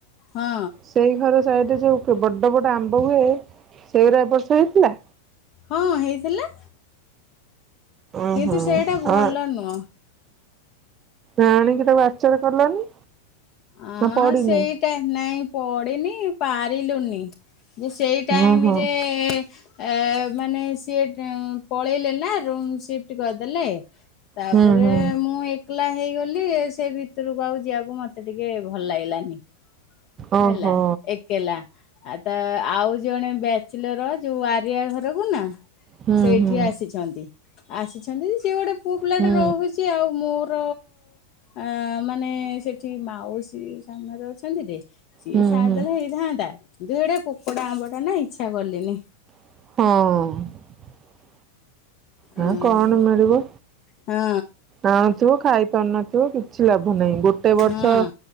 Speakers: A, on the left; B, on the right.
A: ହଁ
B: ସେଇ ଘର ସେଇଟି ଯୋଉ ବଡ ବଡ ଆମ୍ବ ହୁଏ, ସେଗୁରା ଏ ବର୍ଷ ହେଇଥିଲା?
A: ହଁ ହେଇଥିଲା।
B: ଓହୋ।
A: କିନ୍ତୁ ସେଇଟା ଭଲ
B: ଆ
A: ନୁହଁ
B: ଆଣିକି ତାକୁ ଆଚାର କଲନି।
A: ହଁ
B: ନା ପଡିନି?
A: ସେଇଟା ନାଇଁ ପଡିିନି, ପାରିଲୁନି। ଯେ ସେଇ ଟାଇମିରେ
B: ଓହୋ
A: ଏ ମାନେ ସିଏ ପଳେଇଲେ ନା, ରୁମ୍ ସିଫ୍ଟ କରିଦେଲେ। ତାପରେ
B: ହୁଁ ହୁଁ
A: ମୁଁ ଏକଲା ହେଇଗଲି, ଆଉ ସେ ଭିତରକୁ ଆଉ ଯିବାକୁ ମତେ ମତେ ଟିକେ ଭଲ ଲାଗିଲାନି।
B: ଓହୋ
A: ହେଲା, ଏକଲା ଆ ତ ଆଉ ଜଣେ ବ୍ୟାଚଲର ଅ ଯୋଉ ଆରିଆ ଘରକୁ ନା,
B: ହୁଁ
A: ସେଇଠି
B: ହୁଁ
A: ଆସିଛନ୍ତି। ଆସି ଅଛନ୍ତି ଯେ, ସିଏ ଗୋଟେ ପୁଅ ପିଲାଟେ
B: ହୁଁ
A: ରହୁଛି ଆଉ ମୋର ଆମର ଏଁ ମାନେ ସେଠି ମାଉସୀ ସାମ୍ନାରେ ଅଛନ୍ତି ଯେ ସିଏ
B: ହୁଁ
A: ସାରିଦେଲେ
B: ହୁଁ
A: ହେଇଥାନ୍ତା। କିନ୍ତୁ ସେଇଟା ପୋକଡା ଆମ୍ବଟା ନା ଇଚ୍ଛା କଲିନି।
B: ହଁ। ହଁ
A: ଆଉ
B: କଣ ମିଳିବ?
A: ହଁ
B: ଆଣୁଥିବୁ, ଖାଇପାରୁନଥିବୁ, କିଛି ଲାଭ ନାହିଁ। ଗୋଟେ ବର୍ଷ
A: ହଁ।